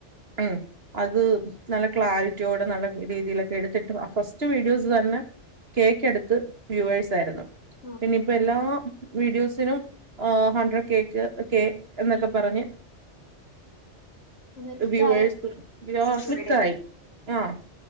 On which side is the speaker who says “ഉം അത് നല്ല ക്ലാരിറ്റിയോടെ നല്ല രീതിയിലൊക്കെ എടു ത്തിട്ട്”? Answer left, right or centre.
Right